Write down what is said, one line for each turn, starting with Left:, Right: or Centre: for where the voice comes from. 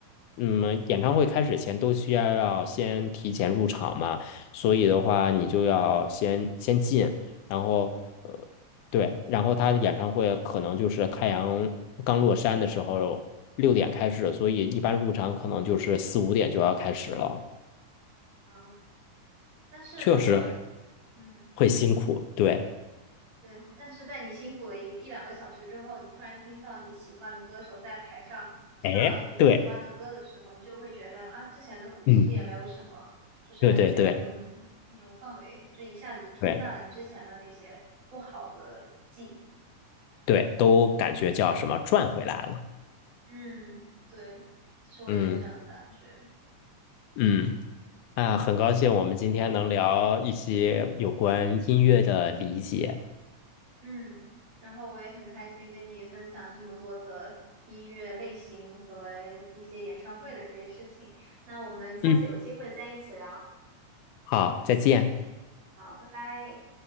Left: 嗯，演唱会开始前都需要要先提前入场嘛，所以的话，你就要先先进，然后呃，对，然后他的演唱会可能就是太阳刚落山的时候六点开始，所以一般入场可能就是四五点就要开始了，
Right: 啊。但是如果
Left: 确实
Right: 嗯
Left: 会辛苦。对，
Right: 对，但是在你辛苦了一一两个小时之后，你突然听到你喜欢的歌手在台上唱你喜欢的歌的时候，
Left: 哎，对，
Right: 你就会觉得啊，之前的苦其实也没有什么，
Left: 嗯，
Right: 就是感觉嗯那种氛围就一下子冲淡了你之前的那些不好的记忆。
Left: 对对对对。对，都感觉叫什么赚回来了。
Right: 嗯，对，其实我也有这样的感觉。
Left: 嗯嗯，啊，很高兴我们今天能聊一些有关音乐的理解。
Right: 嗯，然后我也很开心跟你分享这么多的音乐类型和一些演唱会的这些事情。那我们下次有机会再一起聊。
Left: 嗯，好，再见。
Right: 好，拜拜。